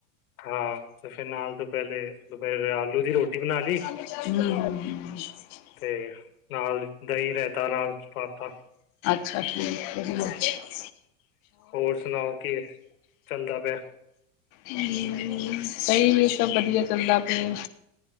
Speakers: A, on the left (about 85°); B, on the left (about 55°).
A: ਹਾਂ, ਤੇ ਫੇਰ ਨਾਲ ਤੋਂ ਪਹਿਲੇ, ਦੁਪਹਿਰ ਆਲੂ ਦੀ ਰੋਟੀ ਬਣਾਲੀ।
B: ਹੂੰ।
A: ਤੇ, ਨਾਲ ਦਹੀਂ-ਰਹਿਤਾ, ਨਾਲ ਪਾਤਾ
B: ਸਤਿ ਸ਼੍ਰੀ ਅਕਾਲ ਜੀ‌। ਹ <unintelligible>
A: ਹੋਰ ਸੁਣਾਓ, ਕੀ ਚੱਲਦਾ ਪਿਆ?
B: ਹੂੰ, ਸਹੀ ਏ, ਸਭ ਵਧੀਆ ਚੱਲਦਾ ਪਿਆ।